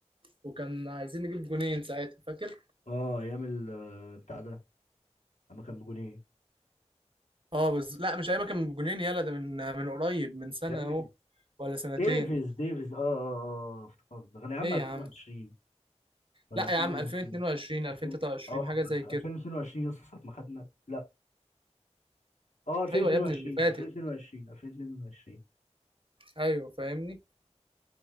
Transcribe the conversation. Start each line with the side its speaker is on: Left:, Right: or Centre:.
Right: وكان عايزين نجيب جونين ساعتها فاكر
Left: اه ايام ال- آه، بتاع ده اما كان بجونين
Right: اه بس لا مش ايما كان بجنين يلا ده من من قريب من سنة
Left: يا ابني
Right: اهو ولا سنتين
Left: ديفيز ديفيز اه اه اه افتكرت ده كان يا عم
Right: ايه
Left: 2020
Right: يا عم
Left: ولا
Right: لا
Left: 2020
Right: يا عم 2022 2023
Left: 2000 اه
Right: حاجة زي كده
Left: 2022 يا اسطى ساعه ما خدنا لا اه 2022
Right: ايوه يا ابني اللي فاتت
Left: 2022 2022
Right: ايوه فاهمني